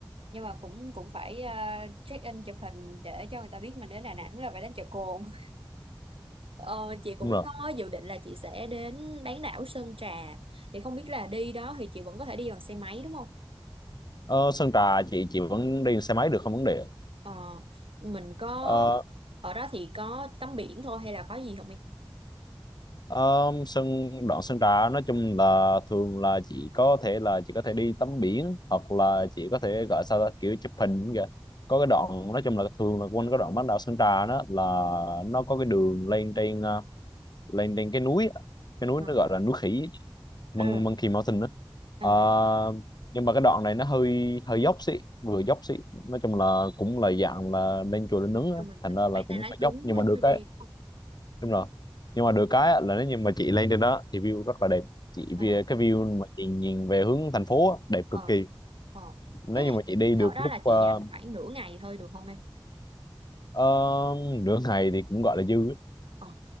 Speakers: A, on the right (about 80°); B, on the left (about 50°).
A: nhưng mà cũng cũng phải ờ, check in chụp hình để cho người ta biết mình đến Đà Nẵng là phải đến chợ cồn <laughs> Ờ, chị cũng
B: đúng rồi
A: có dự định là chị sẽ đến bán đảo Sơn Trà thì không biết là đi đó thì chị vẫn có thể đi bằng xe máy đúng không
B: ờ, Sơn Trà chị chị vẫn đi xe máy được không vấn đề
A: ờ mình có
B: Ờ,
A: ở đó thì có tắm biển thôi hay là có gì không em
B: Ờ, sân đoạn sân trà nói chung là thường là chị có thể là chị có thể đi tắm biển hoặc là chị có thể gọi sao ta kiểu chụp hình kìa có cái đoạn nói chung là thường là quanh cái đoạn bán đảo Sơn Trà đó là nó có cái đường lên trên ờ, lên trên cái núi á. cái núi
A: ờ
B: nó gọi là núi khỉ Mon-
A: ừ
B: Monkey Mountain đó.
A: à
B: Ờ, nhưng mà cái đoạn này nó hơi hơi dốc xị vừa dốc xị nói chung là cũng là dạng là lên chùa lên nướng á.
A: chung mình là
B: thành ra là
A: phải
B: cũng
A: tay lái
B: phải
A: cứng
B: dốc nhưng
A: mới
B: mà được
A: mới đi không?
B: đúng rồi nhưng
A: ừ.
B: mà được cái á, là nếu như mà chị lên trên đó thì view rất là đẹp chị
A: à
B: vì cái view mà chị nhìn về hướng thành phố á, đẹp
A: ờ
B: cực kỳ
A: ờ
B: nếu
A: thế là
B: như mà chị đi
A: ở
B: được
A: đó
B: lúc
A: là
B: ờ,
A: chị dành khoảng nửa ngày thôi được không em
B: ờ, nửa ngày thì cũng gọi là dư á.
A: ờ